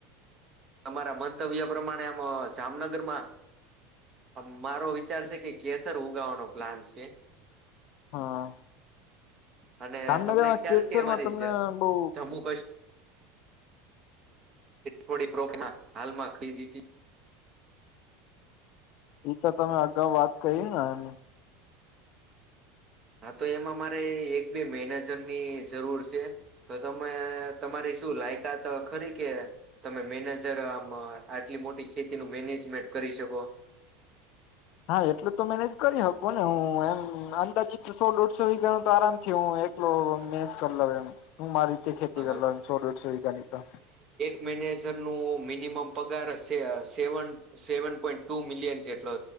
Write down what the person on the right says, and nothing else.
તમારા મંતવ્ય પ્રમાણે આમ જામનગરમાં અમ મારો વિચાર છે કે કેસર ઉગાવાનો પ્લાન છે.
અને
તમને ખ્યાલ
કે મારી
જમ્મુ કશ્મીર થોડી બ્રોક માં હાલમાં ખરીદી તે <unintelligible>
હા તો એમાં મારે એક બે મેનેજર ની જરૂર છે. તો તમે તમારી શું લાયકાત ખરી કે તમે મેનેજર આમ આટલી મોટી ખેતીનું મેનેજમેન્ટ કરી શકો?
અ,
મેનેજર નું મિનિમ પગાર seven seven point two million જેટલો